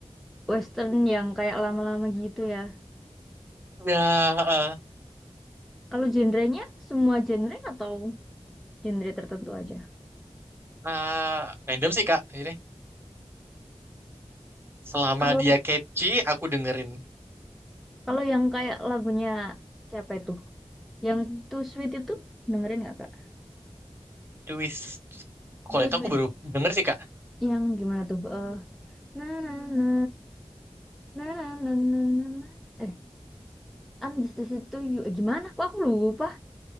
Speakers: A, in the centre; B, on the right (about 20°).
A: western yang kayak lama-lama gitu ya.
B: Ya, eh,
A: Kalau genrenya semua genre atau genre tertentu aja?
B: eh, random sih kak. Ini selama
A: Kalau
B: dia catchy, aku dengerin.
A: kalau yang kayak lagunya siapa itu? Yang Too Sweet itu dengerin nggak Kak?
B: Twist. Kalau
A: Too
B: itu
A: Sweet
B: aku baru denger sih, Kak.
A: yang gimana tuh? Eh, na na na na na na na na na. Eh, Andes di situ itu gimana? Kok aku lupa.